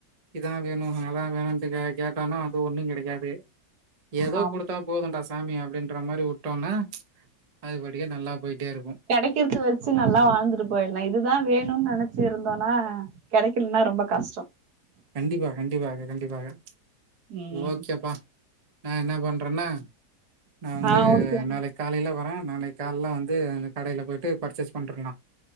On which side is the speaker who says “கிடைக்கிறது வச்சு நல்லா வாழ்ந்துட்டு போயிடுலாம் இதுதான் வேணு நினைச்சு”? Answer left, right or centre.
Right